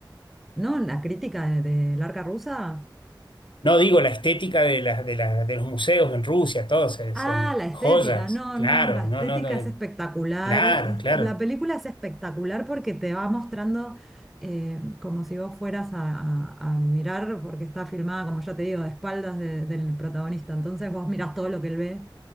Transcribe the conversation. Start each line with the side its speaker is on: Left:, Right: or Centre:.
Centre: ¿no? La crítica de, de arca rusa.
Left: No digo la estética de, las de, la- de los museos en Rusia, todos eh, son
Centre: Ah, la estética.
Left: joyas,
Centre: No,
Left: claro,
Centre: no, la
Left: no,
Centre: estética
Left: no, no, eh,
Centre: es espectacular.
Left: claro,
Centre: Este,
Left: claro.
Centre: La película es espectacular porque te va mostrando eh, como si vos fueras a, a- a mirar, porque está filmada, como ya te digo, de espaldas de- del protagonista. Entonces vos mirás todo lo que él ve.